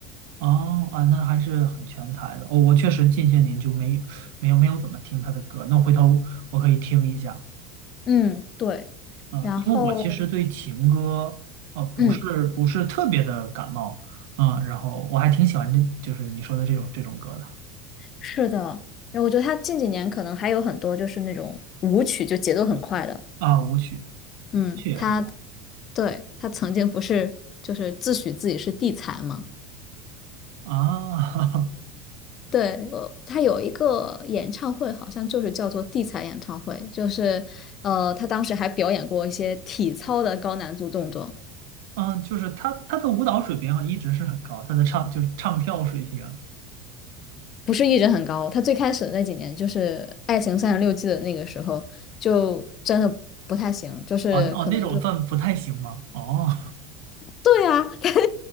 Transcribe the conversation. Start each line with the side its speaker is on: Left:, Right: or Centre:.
Right: 哦啊，那还是很全才的。哦，我确实近些年就没没有没有怎么听他的歌，那回头我可以听一下。
Left: 嗯，对，
Right: 啊，
Left: 然后
Right: 因为我其实对情歌啊不是不是特别的感冒，
Left: 嗯。
Right: 啊，然后我还挺喜欢这就是你说的这种这种歌的
Left: 是的，然后我觉得他近几年可能还有很多就是那种舞曲，就节奏很快的。
Right: 啊，舞曲，
Left: 嗯，
Right: 舞曲也很棒
Left: 他对他曾经不是就是自诩自己是地才嘛？
Right: 啊。<laughs>
Left: 对，我他有一个演唱会，好像就是叫做地才演唱会，就是呃，他当时还表演过一些体操的高难度动作，
Right: 嗯，就是他他的舞蹈水平啊一直是很高，他的唱就是唱跳水平，
Left: 不是一直很高。他最开始的那几年，就是《爱情三十六计》的那个时候，就真的不太行，就是可能就
Right: 哦哦那种算不太行吗？哦
Left: 对啊，<laughs> 他他